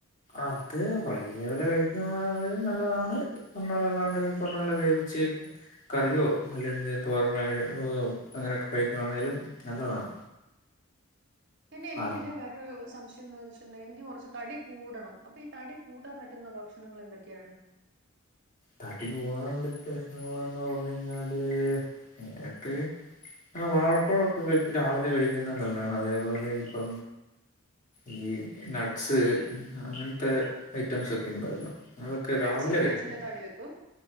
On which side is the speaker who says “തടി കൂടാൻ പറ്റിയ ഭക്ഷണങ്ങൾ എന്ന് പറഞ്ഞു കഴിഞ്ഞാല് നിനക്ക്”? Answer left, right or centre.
Left